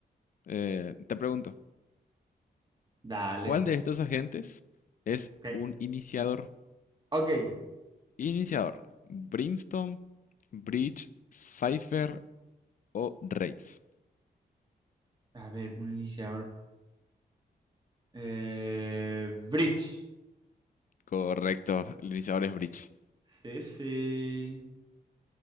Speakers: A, on the left; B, on the right.
A: Eh, te pregunto,
B: Dale.
A: ¿cuál de estos agentes es
B: Ok.
A: un iniciador?
B: Ok.
A: Iniciador, Brimstone, Bridge, Cypher o Raze.
B: A ver, un iniciador. Eh, Bridge.
A: Correcto, el iniciador es Bridge.
B: Sí, sí.